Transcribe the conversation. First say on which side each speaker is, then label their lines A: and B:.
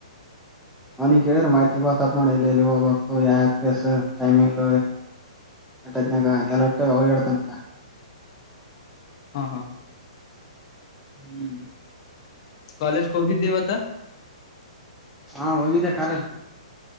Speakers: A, in the centre; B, on the left.
A: ಅವ್ನಗ್ ಕೇಳಿದ್ರ ಮಾಹಿತಿ <unintelligible> ಟೈಮಿಂಗ್ ಏಟತ್ತನಗ <unintelligible>
B: ಹಾ ಹಾ
A: ಹ್ಮ್
B: ಕಾಲೇಜ್ಕ ಹೋಗಿದ್ದಿ ಇವತ್ತ.
A: ಹಾ ಹೋಗಿದ್ದೆ ಕಾಲೇಜ್ಕ.